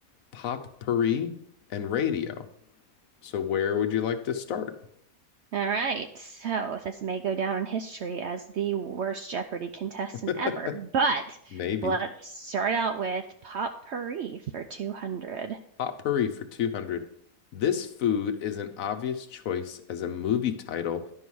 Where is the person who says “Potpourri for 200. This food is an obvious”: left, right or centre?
Left